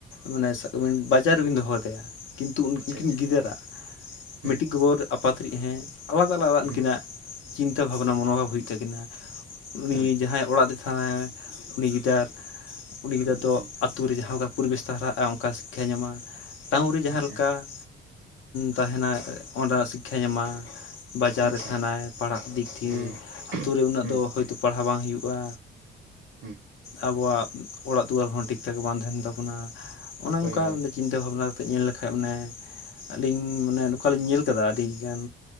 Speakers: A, on the left; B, on the right.
A: ᱢᱟᱱᱮᱵᱤᱱ ᱵᱟᱡᱟᱨ ᱨᱮᱵᱤᱱ ᱫᱚᱦᱚ ᱠᱮᱫᱮᱭᱟ ᱠᱤᱱᱛᱩ ᱩᱱᱠᱤᱱ
B: ᱟᱪᱪᱷᱟ ᱟᱪᱪᱷᱟ
A: ᱜᱤᱫᱟᱹᱨᱟᱜ
B: ᱦᱩᱸ
A: ᱢᱤᱫᱴᱤᱡ ᱜᱚᱜᱚᱨ ᱟᱯᱟᱛ ᱨᱮᱱᱤᱡ ᱦᱮᱸ ᱟᱞᱟᱫᱟ ᱟᱞᱟᱫᱟ
B: ᱦᱩᱸ
A: ᱩᱱᱠᱤ ᱪᱤᱱᱛᱟ ᱵᱷᱟᱵᱽᱱᱟ ᱢᱚᱱᱚᱵᱷᱟᱵᱽ ᱦᱩᱭᱩᱜ-ᱟ ᱛᱟᱹᱠᱤᱱᱟ ᱩᱱᱤ
B: ᱦᱳᱭ
A: ᱡᱟᱦᱟᱸᱭ ᱚᱲᱟᱜ ᱨᱮ ᱛᱟᱦᱮᱱᱟ ᱩᱱᱤ ᱜᱤᱫᱟᱹᱨ ᱩᱱᱤ ᱜᱤᱫᱽᱨᱟᱹ ᱫᱚ
B: ᱦᱩᱸ
A: ᱟᱛᱳ ᱨᱮ ᱡᱟᱦᱟᱸᱠᱟ ᱯᱚᱨᱤᱵᱮᱥ ᱛᱚ ᱦᱟᱨᱟᱜᱼᱟ ᱚᱱᱠᱟ ᱥᱤᱠᱠᱷᱟᱭ ᱧᱟᱢᱟ ᱴᱟᱣᱩᱱ ᱨᱮ ᱡᱟᱦᱟᱸᱮᱠᱟ
B: ᱟᱪᱪᱷᱟ
A: ᱛᱟᱦᱮᱱᱟ ᱚᱸᱱᱟᱜ ᱥᱤᱠᱠᱷᱟ ᱧᱟᱢᱟ ᱵᱟᱡᱟᱨ
B: ᱟᱪᱪᱷᱟ
A: ᱨᱮ ᱛᱟᱦᱮᱱᱟᱭ ᱯᱟᱲᱦᱟᱜ ᱫᱤᱠ ᱫᱤᱭᱮ
B: ᱦᱩᱸ
A: ᱟᱛᱳ ᱨᱮ ᱩᱱᱟᱹᱜ
B: ᱦᱩᱸ
A: ᱫᱚ ᱦᱳᱭᱛᱳ ᱯᱟᱲᱦᱟᱣ ᱵᱟᱝ ᱦᱩᱭᱩᱜᱼᱟ
B: ᱦᱩᱸ
A: ᱟᱵᱚᱣᱟᱜ ᱚᱲᱟᱜ ᱫᱩᱣᱟᱹᱨ ᱦᱚᱸ ᱴᱷᱤᱠ ᱴᱷᱟᱠ ᱵᱟᱝ ᱛᱟᱦᱮᱱ ᱛᱟᱵᱚᱱᱟ ᱚᱱᱮ ᱚᱱᱠᱟ
B: ᱦᱳᱭ ᱦᱳᱭ
A: ᱪᱤᱱᱛᱟᱹ ᱵᱷᱟᱵᱱᱟ ᱠᱟᱛᱮᱫ ᱧᱮᱞ ᱞᱮᱠᱷᱟᱡ ᱢᱟᱱᱮ ᱟᱹᱞᱤᱧ ᱢᱟᱱᱮ ᱱᱚᱝᱠᱟᱞᱤᱧ ᱧᱮᱞ ᱟᱠᱟᱫᱟ ᱟᱹᱰᱤ ᱜᱟᱱ